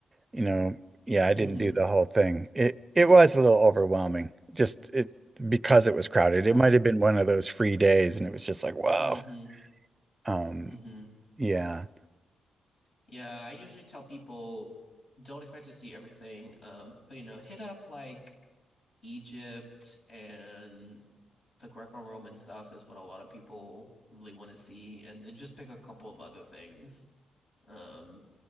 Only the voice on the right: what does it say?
you know, yeah, I
didn't do the whole thing. It it was a little overwhelming. Just it because it was crowded.
It might have been one of those free days and it was just like, wow.
Um,
yeah.